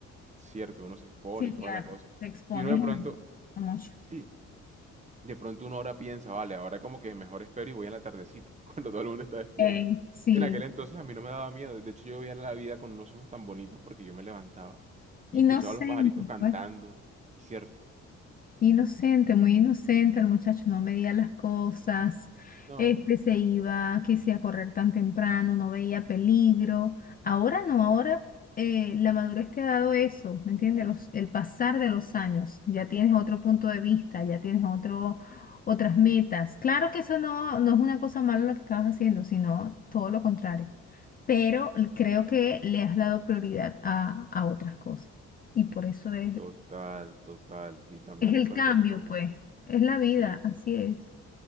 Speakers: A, on the right; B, on the left.
A: cierto, uno se expone
B: sí,
A: y toda
B: claro,
A: la cosa.
B: te expones
A: Y uno de pronto,
B: a, a mucho.
A: sí, de pronto uno ahora piensa, vale, ahora como que mejor espero y voy a la tardecita, <laughs> cuando todo el mundo está despierto.
B: Ey, sí,
A: En aquel entonces a mí no me daba miedo, de hecho yo veía la vida con unos ojos tan bonitos porque yo me levantaba y
B: inocente,
A: escuchaba a los pajaritos cantando,
B: pues.
A: y cierto.
B: Inocente, muy inocente, el muchacho no medía las cosas,
A: No,
B: este se iba, que se a correr tan temprano, no veía peligro. Ahora no, ahora eh, la madurez te ha dado eso, ¿me entiendes? Los- el pasar de los años, ya tienes otro punto de vista, ya tienes otro, otras metas. Claro que eso no, no es una cosa mala lo que estabas haciendo, sino todo lo contrario, pero creo que le has dado prioridad a, a otras cosas y por eso es...
A: total, total. Y también
B: Es el
A: en cuanto
B: cambio,
A: al tema,
B: pues, es la vida,
A: sí,
B: así es.